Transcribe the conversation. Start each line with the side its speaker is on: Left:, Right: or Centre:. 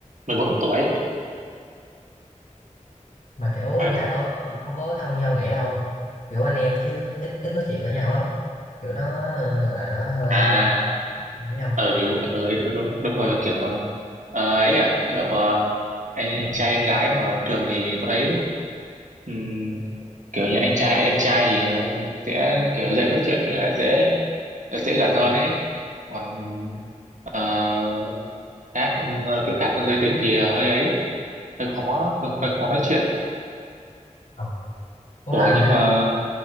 Right: mười bốn tuổi
Left: mà kiểu
Right: Ờ.
Left: em gái tôi ờ, cũng không có thân nhau nghĩa đâu kiểu anh em chứ ít ít nói chuyện với nhau lắm kiểu nó ờ, gọi là nó hơi
Right: à
Left: với nhau
Right: ờ thì đúng ờ đúng, đúng, đúng rồi kiểu ờ, ờ, ấy à kiểu ờ, anh anh trai em gái mà thường thì tôi thấy ừm, kiểu như anh trai em trai thì ờ, sẽ kiểu dễ nói chuyện với lại dễ dễ gần hơn ấy còn ờ, khác ừm, kiểu khác giới tính thì ờ, hơi ấy hơi khó hơi, hơi khó nói chuyện
Left: Ờ, ủa
Right: ủa
Left: mà
Right: nhưng
Left: nãy
Right: mà
Left: ông,